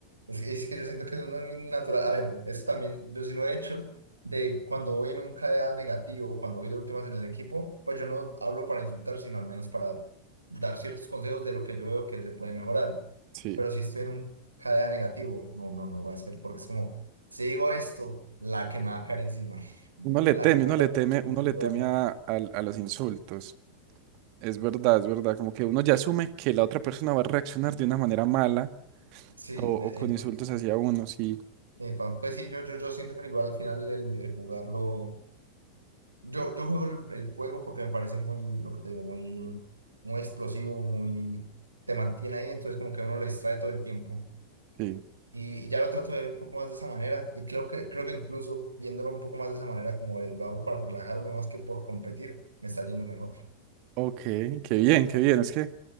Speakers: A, on the right; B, on the right.
A: es que, es que yo siento que eso no es natural. A ver, eso también yo sí lo he hecho. De cuando voy en un KDA negativo, cuando voy de últimas en el equipo, pues yo no hablo para insultar, sino al menos para dar ciertos consejos de lo que yo veo que se puede mejorar.
B: Sí.
A: Pero si estoy en un KDA negativo, no, no, no va a ser, porque es como, si digo esto, la que me va a caer encima. Mm.
B: Uno le
A: La
B: teme,
A: que me va
B: uno
A: a caer
B: le teme,
A: encima del
B: uno
A: intento.
B: le teme
A: al-
B: a, al a los insultos. Es verdad, es verdad. Como que uno ya asume que la otra persona va a reaccionar de una manera mala
A: Sí,
B: o,
A: de-
B: o con
A: epa,
B: insultos hacia uno, sí,
A: epa. Pues pues sí, yo, yo, yo siento que igual al final el el jugarlo. Yo, yo juego el, el juego porque me parece muy, lo que te digo, muy, muy explosivo, muy, te mantiene ahí, entonces como que uno lo distrae todo el tiempo.
B: sí.
A: Y, y ya lo trato de ver un poco más de esa manera. Y creo que, creo que incluso viéndolo un poco más de esa manera, como de- lo hago para relajarme más que por competir, me está yendo mejor.
B: Ok, qué bien, qué bien. Es que